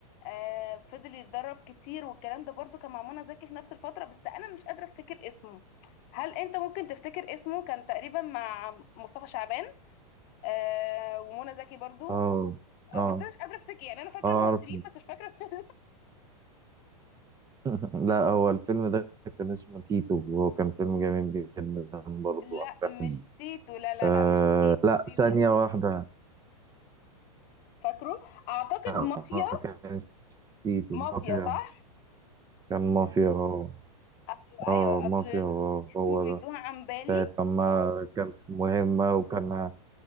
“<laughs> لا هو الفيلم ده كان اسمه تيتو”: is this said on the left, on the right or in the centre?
Right